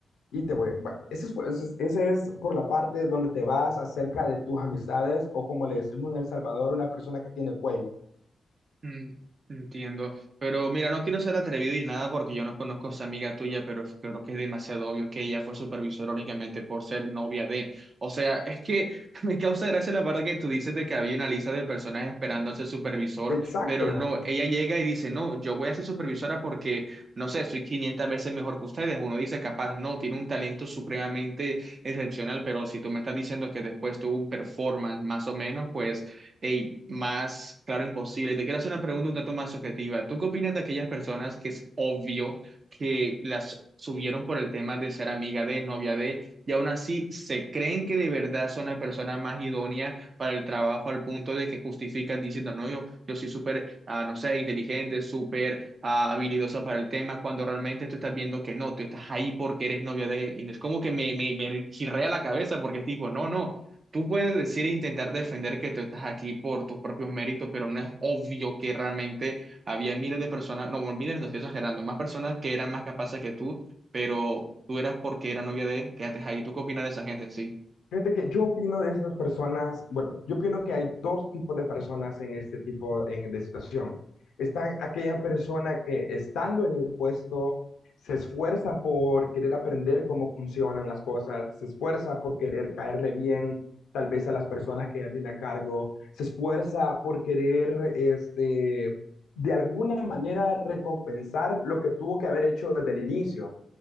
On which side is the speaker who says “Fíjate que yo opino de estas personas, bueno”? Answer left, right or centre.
Left